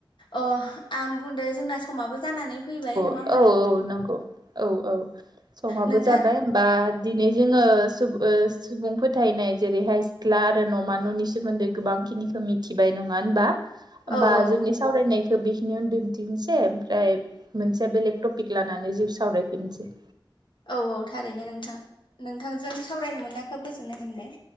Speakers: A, on the left; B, on the right.
A: अ आं बुंदो जोंना समाबो जानानै फैबाय न
B: औ औ नंगौ औ औ समाबो
A: नोंथां
B: जाबाय होमबा दिनै जोङो सुबुंफोरोथायैनाय जेरैहाय सिख्ला आरो न'मा न'नि सोमोन्दै गोबां खिनिखौ मिथिबाय। नङा होनोमबा होमबा
A: औ औ
B: जोंनि सावरायनायखौ बिखिनि आवनो दोनथनोसै ओमफ्राय मोनसेया बेलेग टपिक लानानै जिउ सावरायफिनसै!
A: औ औ थारैनो नोंथां नोंथांजों सावरायनो मोना खोब गोजोननाय मोनबाय